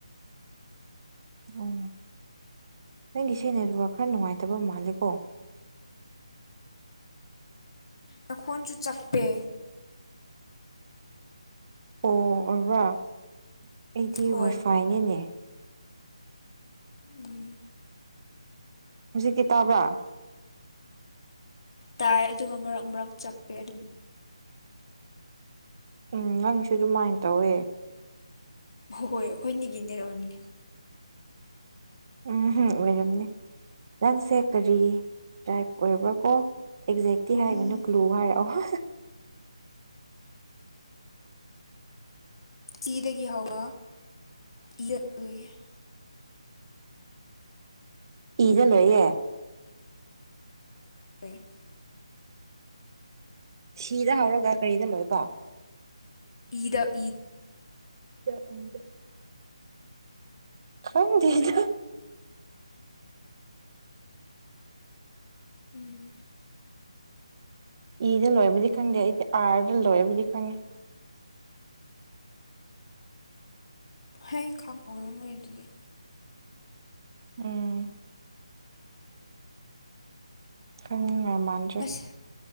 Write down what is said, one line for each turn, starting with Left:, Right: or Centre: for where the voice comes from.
Right: ꯑꯣ ꯅꯪꯒꯤꯁꯤ ꯅꯦꯠꯋꯥꯔꯛ ꯈꯔ ꯅꯨꯡꯉꯥꯏꯇꯕ ꯃꯥꯜꯂꯦꯀꯣ
Left: ꯅꯈꯣꯟꯁꯨ ꯆꯞꯄꯦ
Right: ꯑꯣ ꯑꯣꯏꯔꯕ ꯑꯩꯗꯤ
Left: ꯍꯣꯏ
Right: ꯋꯥꯏꯐꯥꯏꯅꯤꯅꯦ
Left: ꯎꯝ
Right: ꯍꯧꯖꯤꯛꯀꯤ ꯇꯥꯕ꯭ꯔꯥ
Left: ꯇꯥꯏ ꯑꯗꯨꯒ ꯃꯔꯛ ꯃꯔꯛ ꯆꯞꯄꯦ ꯑꯗꯨꯝ
Right: ꯎꯝ ꯅꯪꯁꯨ ꯑꯗꯨꯃꯥꯏꯅ ꯇꯧꯋꯦ
Left: ꯍꯣꯏ ꯍꯣꯏ ꯑꯩꯈꯣꯏ ꯅꯤꯒꯤ ꯅꯦꯠ ꯑꯣꯏꯔꯝꯅꯦ
Right: ꯎꯝꯝ ꯑꯣꯏꯔꯝꯅꯦ ꯅꯪꯁꯦ ꯀꯔꯤ ꯗ꯭ꯔꯥꯏꯞ ꯑꯣꯏꯔꯕ꯭ꯔꯥ ꯀꯣ ꯑꯦꯛꯖꯦꯛꯇꯤ ꯍꯥꯏꯒꯅꯨ
Left: ꯎꯝ
Right: ꯀ꯭ꯂꯨ ꯍꯥꯏꯔꯛꯑꯣ
Left: <unintelligible>
Right: ꯏꯔ ꯂꯩꯏꯌꯦ
Left: <unintelligible>
Right: ꯁꯤꯗ ꯍꯧꯔꯒ ꯀꯩꯗ ꯂꯣꯏꯕ
Left: ꯏꯗ ꯏ
Right: ꯎꯗ <unintelligible> ꯈꯪꯗꯦꯗꯥ
Left: <unintelligible>
Right: ꯏꯗ ꯂꯣꯏꯕꯗꯤ ꯈꯪꯗꯦ ꯑꯩꯗꯤ ꯑꯥꯔꯗ ꯂꯣꯏꯔꯕꯗꯤ ꯈꯪꯉꯤ
Left: ꯍꯥꯏ ꯈꯪ ꯑꯏꯔꯝꯃꯣꯏ ꯑꯗꯨꯗꯤ
Right: ꯎꯝ <unintelligible>
Left: ꯑꯁ